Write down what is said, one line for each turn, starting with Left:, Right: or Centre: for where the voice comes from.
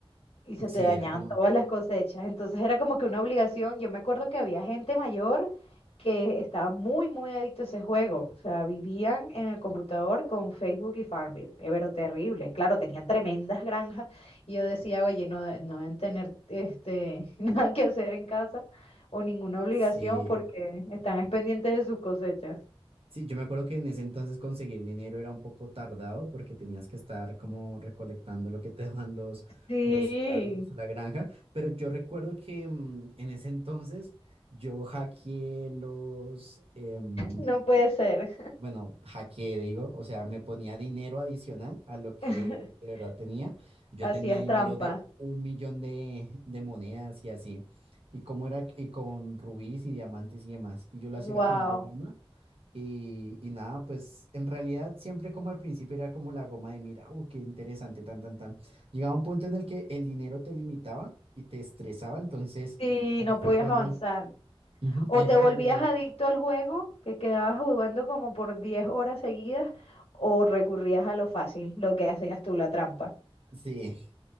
Left: y se
Right: Sí,
Left: te dañaban
Right: era como...
Left: todas las cosechas. Entonces era como que una obligación. Yo me acuerdo que había gente mayor que estaba muy, muy adicto a ese juego. O sea, vivían en el computador con Facebook y Farmville. Eh, Pero terrible. Claro, tenían tremendas granjas. Y yo decía, oye, no, de- no deben tener este, <laughs> nada que hacer en casa o ninguna obligación
Right: Sí,
Left: porque están es pendientes de sus cosechas.
Right: Sí, yo me acuerdo que en ese entonces conseguir dinero era un poco tardado porque tenías que estar como recolectando lo que te <laughs> daban los,
Left: Sí,
Right: los ciudadanos o la granja, pero yo recuerdo que mm, en ese entonces yo hackeé los, em,
Left: no puede ser.
Right: bueno, hackeé digo, o sea, me ponía dinero adicional a lo que
Left: <laughs>
Right: de verdad tenía. Yo
Left: Hacías
Right: tenía dinero
Left: trampa.
Right: de un millón de, de monedas y así. Y cómo era, y con rubíes y diamantes y demás. Y yo lo
Left: Wow.
Right: hacía era con un programa y, y nada, pues en realidad siempre como al principio era como la goma de mira, uh, qué interesante, tan, tan, tan. Llegaba un punto en el que el dinero te limitaba y te estresaba, entonces
Left: Sí,
Right: ahí
Left: no
Right: fue
Left: podías
Right: cuando,
Left: avanzar.
Right: ujú,
Left: O
Right: ahí era
Left: te volvías
Right: cuando yo,
Left: adicto al juego, que quedabas jugando como por 10 horas seguidas, o recurrías a lo fácil, lo que hacías tú, la trampa.
Right: sí,